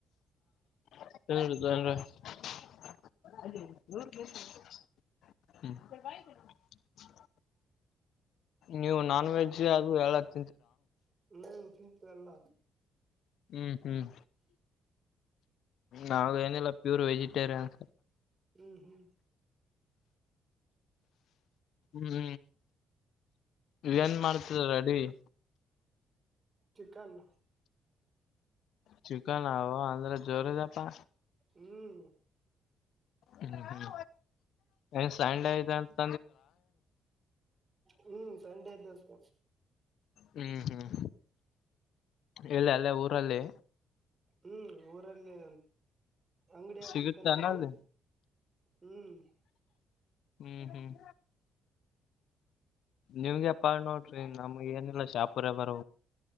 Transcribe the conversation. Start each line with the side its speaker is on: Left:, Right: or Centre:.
Left: ನ್ ತ <unintelligible> <inaudible> ಹ <unintelligible> ನೀವು ನಾನ್ ವೆಜ್ ಅದು ಹೇಳಕ್ಕೆ <unintelligible>
Right: ಹ್ಮ ತಿಂತಿನಲ್ಲ
Left: ಹ್ಮ್ ಹ್ಮ್ ನಾವ ಏನಿಲ್ಲ ಪ್ಯೂರ್ ವೆಜಿಟೇರಿಯನ್
Right: ಹ್ಮ್ ಹ್ಮ್
Left: ಹ್ಮ್ ಏನ್ ಮಾಡ್ತಿದಿರಿ ಅಡಿಗೆ
Right: ಚಿಕನ್
Left: ಚಿಕನ್ ಹ ಅಂದ್ರೆ ಜೋರ ಇದಪ್ಪಾ
Right: ಹ್ಮ್
Left: ಹ್ಮ್ ಹ್ಮ್ ನ ಸಂಡ ಆಯತ <unintelligible>
Right: ಹ್ಮ್ ಸಂಡೆ <unintelligible> ದರ್ತ
Left: ಹ್ಮ್ ಹ್ಮ್ ಇಲ್ಲಿ ಅಲ್ಲೇ ಊರಲ್ಲಿ
Right: ಹ್ಮ್ ಊರಲ್ಲಿ ಅಂಗಡಿ ಯ
Left: ಸಿಗುತ್ತಾನ
Right: ಚಿಕನ್ ಅಂಗಡಿ
Left: ಅಲ್ಲಿ
Right: ಹ್ಮ್
Left: ಹ್ಮ್ ಹ್ಮ್ ನಿಮ್ಗೆಪ್ಪಾ ನೋಡ್ರಿ ನಮ್ಗ ಏನಿಲ್ಲ ಶಾಪುರ ಬರ